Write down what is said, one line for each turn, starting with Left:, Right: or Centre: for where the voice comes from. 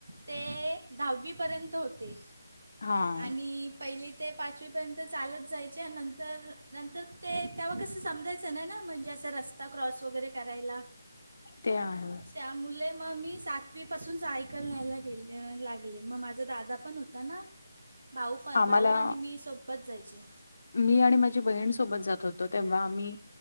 Right: ते दहावीपर्यंत होते,
Left: हां
Right: आणि पहिली ते पाचवी पर्यंत चालत जायचे अन् नंतर -नंतर ते तेव्हा कसं समजायचं समजायचं नाही ना म्हणजे असं रस्ता क्रॉस वैगरे करायला,
Left: ते आहे.
Right: त्या मुले म, मी सातवी पासून सायकल न्यायला गेले अं लागले, म माझा दादा पण होता ना भाऊ पण
Left: आम्हाला
Right: भाऊ आणि मी सोबत जायचे.
Left: मी आणि माझी बहीण सोबत जात होतो तेव्हा आम्ही